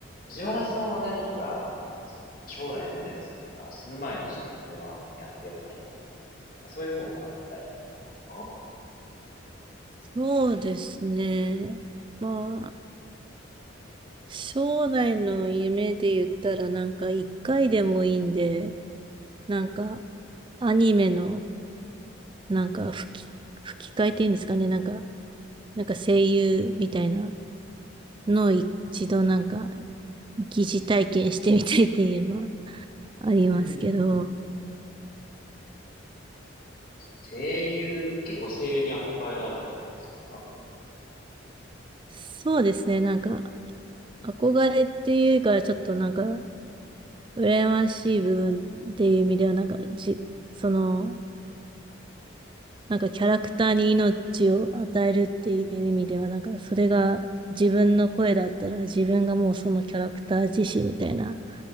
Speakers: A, on the left (about 45°); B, on the right (about 25°).
A: 藤原さんは何か、そうですね、将来の夢ですとか、死ぬ前にちょっとこれはやっておきたいとか、なんかそういうものってあったりされますか
B: そうですね。まあ、将来の夢で言ったら、なんか一回でもいいんで、なんかアニメの、なんか吹き、吹き替えっていうんですかね。なんか、なんか声優みたいなのを一度なんか疑似体験してみたいっていうのはありますけど、
A: うん。声優、結構声優に憧れがあるみたいな感じですか
B: そうですね。なんか憧れっていうか、ちょっとなんか羨ましい部分っていう意味では、なんかじ、その、なんかキャラクターに命を与えるっていう意味では、なんかそれが自分の声だったら自分がもうそのキャラクター自身みたいな、